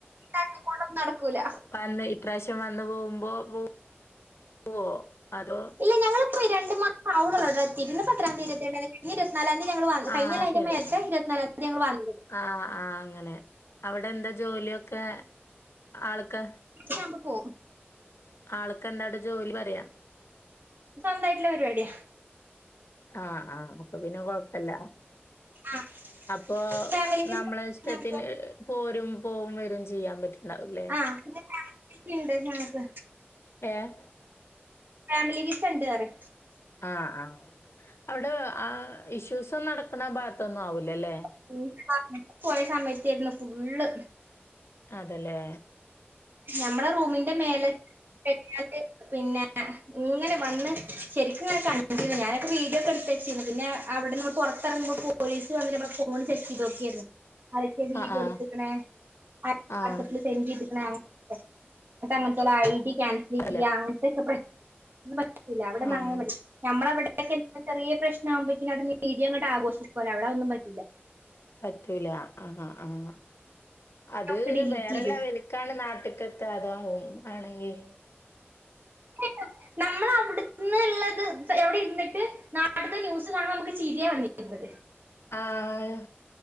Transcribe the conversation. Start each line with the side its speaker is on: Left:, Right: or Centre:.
Right: തട്ടി കൂട്ടൊന്നു നട്ക്കൂല.
Left: അന്ന് ഇപ്രാശ്യം വന്ന് പോവുമ്പൊ വു വോ അതോ.
Right: ഇല്ല ഞങ്ങള്പ്പയ് രണ്ട് മാസം ആവ്ണൊള്ളവിടെത്തിറ്റ് ഇന്ന്പ്പ എത്രാം തീതി ഇരുപത്തിരണ്ടാന്തിക്കക്ക്. ഈ ഇരുപത്നാലാംന്തി ഞങ്ങള് വ
Left: ആഹ്
Right: കൈഞ്ഞല്ല അയ്ൻ്റെ
Left: ശരി
Right: മേൽത്തെ ഇരുപത്നാലാംന്ത്യ ങ്ങള് വന്നത്.
Left: ആഹ് ആഹ് അങ്ങനെ. അവിടെന്താ ജോല്യൊക്കെ ആൾക്ക്.
Right: ആവുമ്പ പോ
Left: ആൾക്കെന്താടെ ജോലി പറയാ.
Right: സ്വന്തയ്ട്ടുള്ള പരിപാട്യ.
Left: ആഹ് ആഹ് അപ്പൊ പിന്നെ കൊഴപ്പല്ല.
Right: ആഹ്
Left: അപ്പോ
Right: ഫാമിലി വിസ
Left: നമ്മളെ ഇഷ്ടത്തിന്
Right: ഞങ്ങക്ക്
Left: പോരും പോവും വരും ചെ ചെയ്യാ പറ്റ്ണ്ടാവുലേ
Right: ആഹ് ണ്ട് ഞങ്ങക്ക്
Left: ഏഹ്.
Right: ഫാമിലി വിസണ്ട് അറി.
Left: ആഹ് ആഹ് അവിടെ ആ ഇഷ്യൂസൊന്നു നടക്ക്ണ ഭാഗത്തൊന്നും ആവൂല ലേ.
Right: <unintelligible> പോയ സമയത്തേര്ന്നു ഫുള്ള്.
Left: അതല്ലേ.
Right: ഞമ്മളെ റൂമിന്റെ മേലെ <unintelligible> ഞാണ്ട്. പിന്നെ ഇങ്ങനെ വന്ന് ശരിക്കുങ്ങനെ കണ്ടിനു ഞാനൊക്കെ വീഡിയോക്കെട്ത്തച്ചിര്ന്നു പിന്നെ. അവിട്ന്ന് പൊറത്തിറങ്ങ്മ്പൊ പോലീസ് വന്ന് ഞമ്മളെ ഫോൺ ചെക്കയ്തോക്കിര്ന്നു. അരൊക്കെ വീഡിയോട്ത്ത്ക്ക്ണ്
Left: ആഹ് ആഹ്
Right: ആ
Left: ആഹ്.
Right: വാട്സപ്പില് സെൻഡെയ്ത് ണ് ന്നട്ടങ്ങൻത്തോല ഐ ഡി ക്യാൻസൽ
Left: അല്ല
Right: ചെയ്യ അങ്ങൻത്തെക്കെ പ്രശ് ഇല്ല അവിടെന്നു
Left: ആഹ്
Right: അങ്ങനെമ ഞമ്മളവടെ. ന്തെക്കെ ചെറീയ പ്രശ്നാവുമ്പഴ്ക്ക്നും അത്ഞ് മീഡിയങ്ങട്ട് ആഘോഷിക്കോലൊ അവിടെ അഒന്നും പറ്റൂല.
Left: പറ്റൂല അഹ ആഹ് അത്
Right: ഒക്കെ ഡിലീറ്റ്
Left: വേറെലെവൽ.
Right: ചെയ്ത്
Left: ക്കാണ് നാട്ട്ക്കത്ത അതാവും മാണെങ്കി.
Right: കിട്ടു നമ്മളവിട്ന്ന്ള്ളത് പ എവിടെ ഇര്ന്ന്ട്ട്. നാട്ട്ത്ത ന്യൂസ് കാണുമ്പമക്ക് ചിര്യ വന്നിര്ന്നത്.
Left: ആഹ്